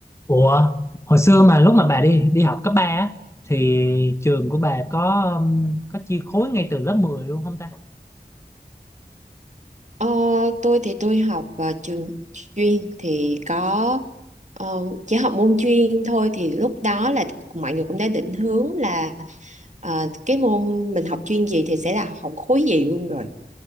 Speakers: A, on the left (about 15°); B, on the right (about 45°).
A: Ủa, hồi xưa mà lúc mà bà đi đi học cấp 3 á thì trường của bà có um, có chia khối ngay từ lớp 10 luôn không ta?
B: Ờ, tôi thì tôi học vào trường chuyên thì có ờ, chỉ học môn chuyên thôi thì lúc đó là mọi người cũng đã định hướng là ờ, cái môn mình học chuyên gì thì sẽ là học khối gì luôn rồi.